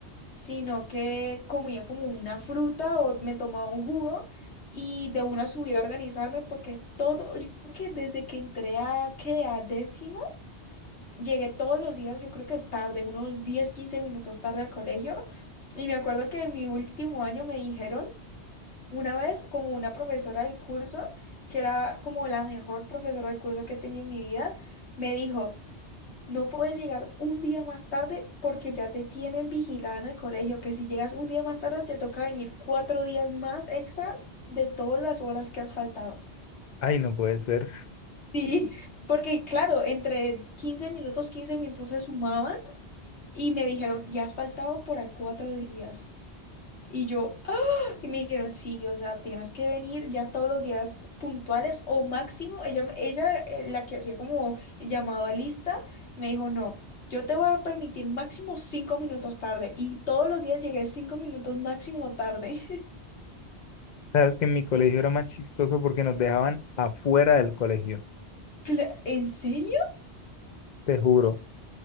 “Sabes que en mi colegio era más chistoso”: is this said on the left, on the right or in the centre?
Left